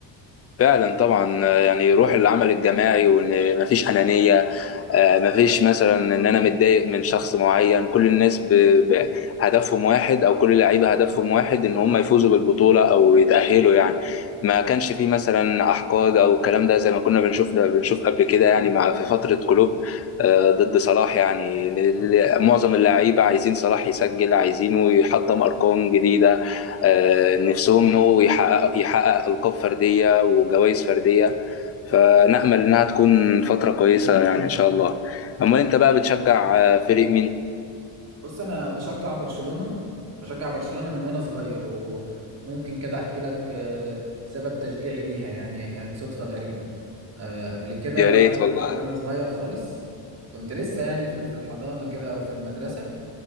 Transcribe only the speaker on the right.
بص انا بشجع برشلونه بشجع برشلونه من وانا صغير وممكن كده احكي لك آه، سبب تشجيعي ليها يعني هي كانت صدفه غريبه آه، قبل كده
وانا
وانا صغير خالص كنت لسه يعني في في الحضانه كده او في المدرسه